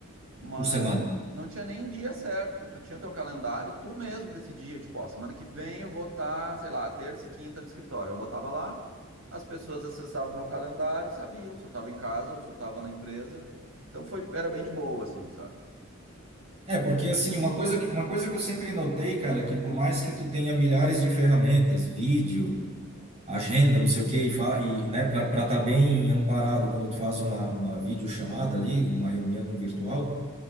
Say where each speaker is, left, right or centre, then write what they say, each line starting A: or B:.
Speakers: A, on the right; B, on the right.
A: mas
B: por semana.
A: não tinha nem dia certo, tu tinha teu calendário, tu mesmo decidia, tipo, ó, semana que vem eu vou estar, sei lá, terça e quinta no escritório. Eu botava lá, as pessoas acessavam meu calendário, e sabiam se eu tava em casa ou se eu tava na empresa. Então foi, era bem de boa, assim, sabe?
B: É, porque assim, uma coisa que, uma coisa que eu sempre notei, cara, é que por mais que tu tenha milhares de ferramentas, vídeo, agenda, não sei o quê, e, fa- e né, para estar bem amparado quando tu faz uma, uma videochamada ali, uma reunião virtual.